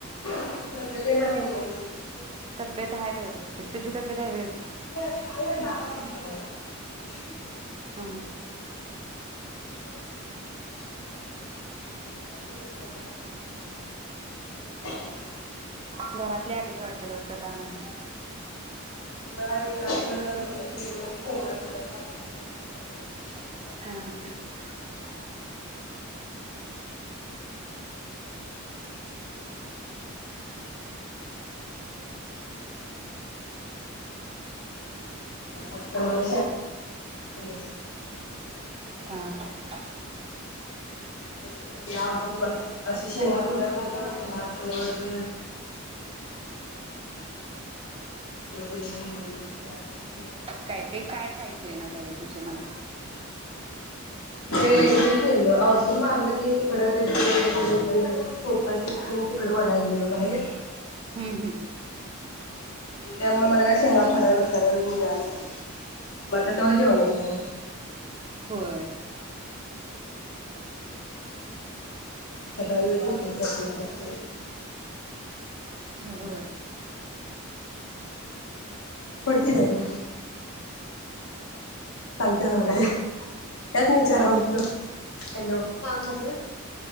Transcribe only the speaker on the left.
तब्यत <unintelligible>
<unintelligible> हो
<unintelligible>
<unintelligible>
<inaudible> <inaudible> आता मला <inaudible>
<inaudible> अशे शेंगा फोडायला हात दुखतो ना <inaudible>
ते हे केलं औषध मारलं ते तिकडं ते बेड हे ते सोफा चिकटून तिकडं वडाय गेलो बाहेर.
त्यामुळे मला काय शेंगा फोडाय वेळ बसायला मिळालचं नाय मग आता तवा जेवणाची घाई.
सकाळी वेळ जातो इकडं तिकडं.
फडकी द्या हिकडं ते सांगतेत बघा हे ह्यासनी विचारा मग तुम्ही हॅलो कामाचं होय.